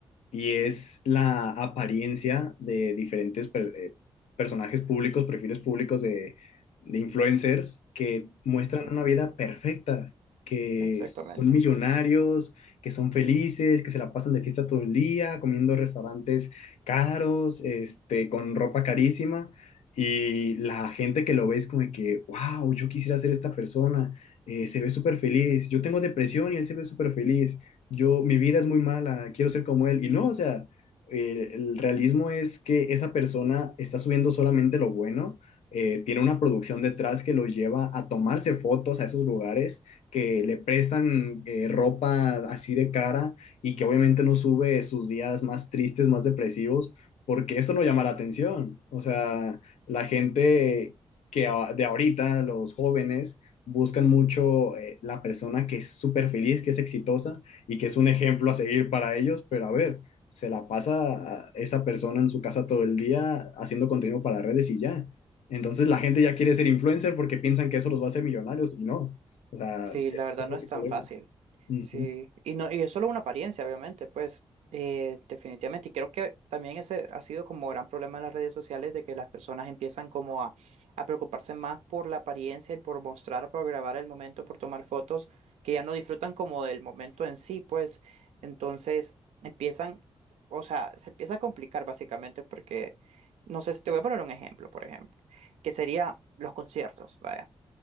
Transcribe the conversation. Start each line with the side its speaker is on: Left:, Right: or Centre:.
Left: y es la apariencia de diferentes per- eh, personajes públicos, perfiles públicos de, de influencers que muestran
Right: Ujú,
Left: una vida perfecta, que
Right: Exactamente.
Left: son millonarios, que son felices, que se la pasan de fiesta todo el día, comiendo en restaurantes caros, este, con ropa carísima. Y la gente que lo ve es como de que, wow, yo quisiera ser esta persona, eh, se ve súper feliz, yo tengo depresión y él se ve súper feliz yo, mi vida es muy mala, quiero ser como él. Y no, o sea, eh, el realismo es que esa persona está subiendo solamente lo bueno, eh, tiene una producción detrás que lo lleva a tomarse fotos a esos lugares, que le prestan eh, ropa así de cara y que obviamente no sube sus días más tristes, más depresivos, porque eso no llama la atención. O sea, la gente que a- de ahorita, los jóvenes, buscan mucho eh, la persona que es súper feliz, que es exitosa, y que es un ejemplo a seguir para ellos, pero a ver, se la pasa esa persona en su casa todo el día haciendo contenido para redes y ya. Entonces la gente ya quiere ser influencer porque piensan que eso los va a hacer millonarios y no. O sea,
Right: Sí,
Left: es,
Right: la verdad
Left: es
Right: no
Left: otro
Right: es tan
Left: problema.
Right: fácil.
Left: Ujú,
Right: Sí, y no, y es solo una apariencia, obviamente, pues, eh, definitivamente. Y creo que también ese ha sido como gran problema en las redes sociales de que las personas empiezan como a, a preocuparse más por la apariencia y por mostrar, por grabar el momento, por tomar fotos, que ya no disfrutan como del momento en sí, pues. Entonces empiezan, o sea, se empieza a complicar básicamente porque, no sé, te voy a poner un ejemplo, por ejemplo, que sería los conciertos, vaya.